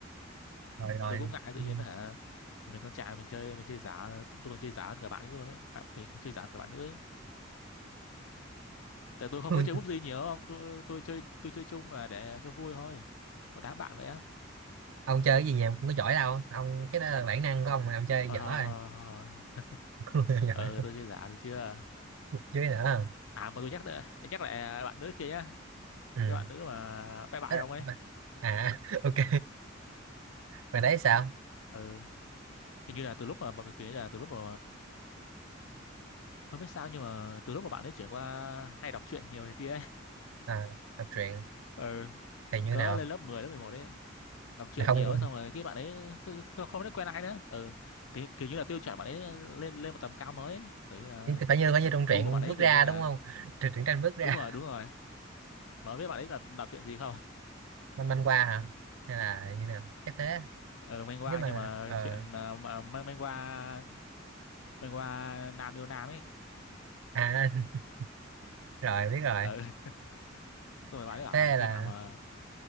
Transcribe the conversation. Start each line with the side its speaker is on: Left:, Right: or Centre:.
Right: rồi rồi
Left: mà tôi cũng ngại tự
Right: Ừ.
Left: nhiên đó hả mình con trai mình chơi mình chơi giả tôi còn chơi giả hơn cả bạn ấy luôn đấy bạn mình còn chơi giả hơn cả bạn nữa ấy tại tôi không
Right: <laughs>
Left: có chơi búp gì nhiều không tôi tôi chơi tôi chơi chung là để cho vui thôi một đám bạn vậy á
Right: ông chơi cái gì nhà cũng có giỏi đâu ông cái đó là bản năng của ông mà ông chơi
Left: thôi
Right: giỏi
Left: thôi thôi, thôi, thôi.
Right: rồi <laughs>
Left: ờ
Right: giỏi
Left: tôi chơi giả được chưa
Right: chứ nữa
Left: à mà tôi nhắc lại nhắc lại bạn nữ kia nhá
Right: ừ.
Left: cái bạn nữ mà bye bye
Right: Ê,
Left: không ấy
Right: mà- à <laughs> ok mày đấy sao
Left: ừ hình như là từ lúc mà mà cái kia là từ lúc mà không biết sao nhưng mà từ lúc mà bạn ấy chuyển qua hay đọc truyện nhiều này kia ấy
Right: à, đọc truyện
Left: ừ
Right: thì như
Left: có
Right: nào
Left: lên lớp mười lớp 11 đấy đọc truyện
Right: là không
Left: nhiều
Right: kiểu
Left: xong rồi cái bạn ấy không, không biết quen ai nữa ừ kiểu, kiểu như là tiêu chuẩn bạn ấy lên lên một tầm cao mới ấy. kiểu như là
Right: phải như phải như trong
Left: gu
Right: truyện
Left: của bạn ấy
Right: bước
Left: kiểu
Right: ra
Left: như là
Right: đúng không truyện truyện tranh bước ra
Left: đúng rồi đúng rồi mà không biết bạn ấy là đọc truyện gì không
Right: manh manh qua hả hay là như nào chắc thế
Left: <laughs> ừ manhwa
Right: nếu mà
Left: nhưng mà
Right: ờ
Left: chuyện ờ, mà ma- manhwa manhwa nam yêu nam ấy
Right: à <laughs> rồi biết rồi
Left: ừ <laughs> xong rồi bạn ấy bảo
Right: thế
Left: là khi
Right: là
Left: nào mà